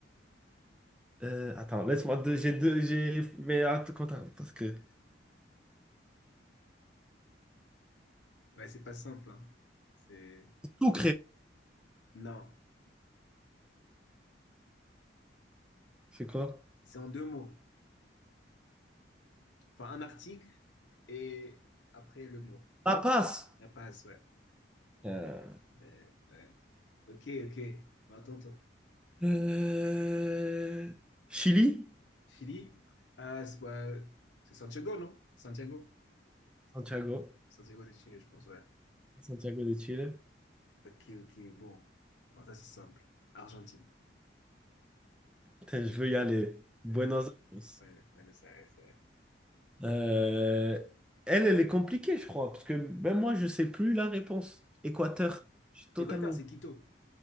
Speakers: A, in the centre; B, on the left.
A: Euh, attends, laisse-moi deux, j'ai deux, j'ai, mais attends, parce que
B: Ouais, c'est pas simple, hein. C'est.
A: tout
B: Non.
A: C'est quoi?
B: C'est en deux mots. Enfin, un article et après le mot.
A: La passe.
B: La passe, ouais.
A: Euh,
B: Ouais, ouais. Ok, ok. Bah, attends,
A: Euh, Chili?
B: Chili, ah, c'est bah, c'est Santiago, non? Santiago?
A: Santiago.
B: Santiago de Chili, je pense, ouais.
A: Santiago de Chile.
B: Ok, ok, bon. Bon, ça, c'est simple. Argentine.
A: Putain, je veux y aller. Buenos
B: Ouais,
A: Aires.
B: ouais, ouais, ça, ouais, ça, ouais.
A: Euh, elle, elle est compliquée, je crois, parce que même moi, je sais plus la réponse. Équateur. Je suis totalement.
B: Équateur, c'est Quito.